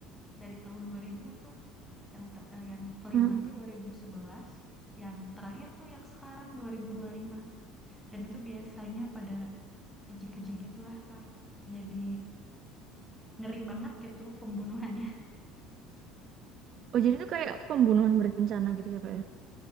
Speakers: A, in the centre; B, on the right.
A: dari tahun 2000 tuh. Yang te- eh, yang kelima
B: mm.
A: tuh 2011, yang terakhir tuh yang sekarang 2025. Dan itu biasanya pada keji-keji gitulah, Kak. Jadi ngeri banget gitu pembunuhannya. <laughs>
B: Oh, jadi itu kayak pembunuhan berencana gitu ya Kak